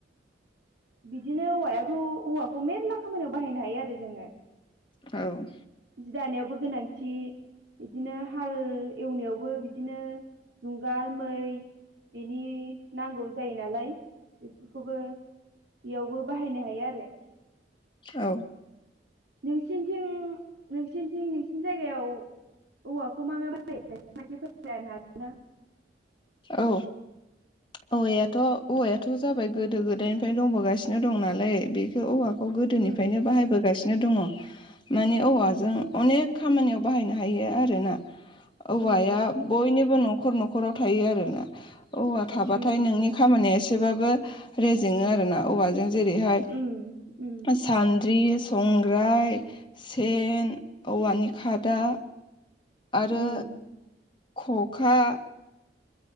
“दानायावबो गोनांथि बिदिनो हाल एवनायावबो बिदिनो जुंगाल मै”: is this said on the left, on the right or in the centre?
Right